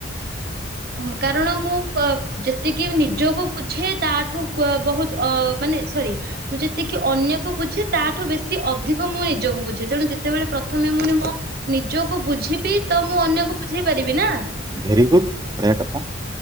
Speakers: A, on the right (about 55°); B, on the right (about 20°).
A: କାରଣ ମୁଁ ଅ ଯେତିକି ନିଜକୁ ବୁଝେ ତାଠୁ ବହୁତ ଅ ମାନେ ସରି ମୁଁ ଯେତିକି ଅନ୍ୟକୁ ବୁଝେ ତାଠୁ ବେଶି ଅଧିକ ମୁଁ ନିଜକୁ ବୁଝେ ତେଣୁ ଯେତେବେଳେ ପ୍ରଥମେ ମୁଁ ମ ନିଜକୁ ବୁଝିବି ତ ମୁଁ ଅନ୍ୟକୁ ବୁଝେଇ ପାରିବି ନା।
B: ଭେରି ଗୁଡ଼୍ ବଢ଼ିଆ କଥା।